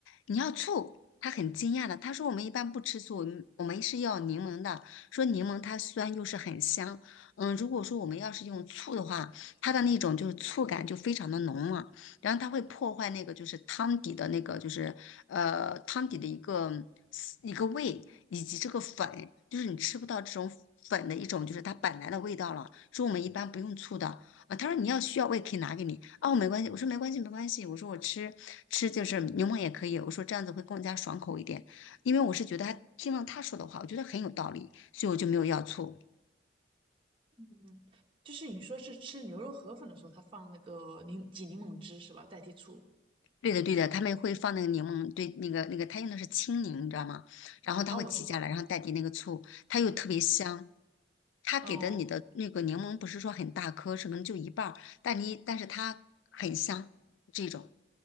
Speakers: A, on the left; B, on the right.
A: 你要醋？他很惊讶的，他说我们一般不吃醋，我们我们是要柠檬的。说柠檬它酸又是很香，嗯，如果说我们要是用醋的话，它的那种就是醋感就非常的浓嘛，然后它会破坏那个就是汤底的那个就是呃汤底的一个一个味，以及这个粉，就是你吃不到这种粉的一种就是它本来的味道了。说我们一般不用醋的，啊，他说你要需要我也可以拿给你。哦，没关系，我说没关系没关系，我说我吃吃就是柠檬也可以，我说这样子会更加爽口一点，因为我是觉得他听了他说的话，我觉得很有道理，所以我就没有要醋。
B: 嗯，就是你说是吃牛肉河粉的时候，它放那个柠挤柠檬汁是吧，代替醋。
A: 对的对的，他们会放那个柠檬，对那个那个他用的是青柠，你知道吗？然后他会挤下来，
B: 啊，我知道，
A: 然后代替那个醋，它又特别香。他给的你的那个柠檬不是说很大颗，
B: 哦、
A: 什么就一半儿，但你但是它很香这种。